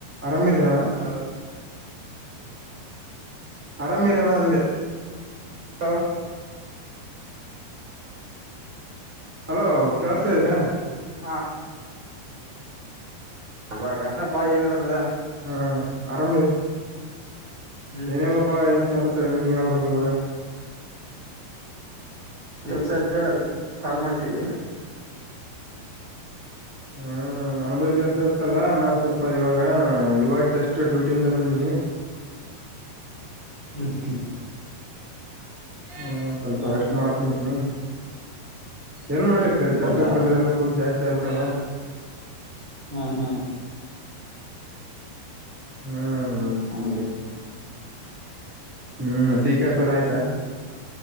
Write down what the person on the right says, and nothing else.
ಹ
ಹಲೋ
ಹ ಹಾಗ ಅಷ್ಟಪ್ಪ ಏನ್ ನಡೆದಿದೆ.
ಹ್ಮ್
ಕೆಲಸ್ ಇತ್ತ ಅದಕ್ಕ್ ಕಾಲ್ ಮಾಡಿದ್ದೀವಿ.
ಹ್ಮ್ ಹ್ಮ್
ಹ್ಮ್
ಹ್ಮ್
ಹೌದಾ
ಹ್ಮ ಹಾ.
ಹಂಗಾಗಿ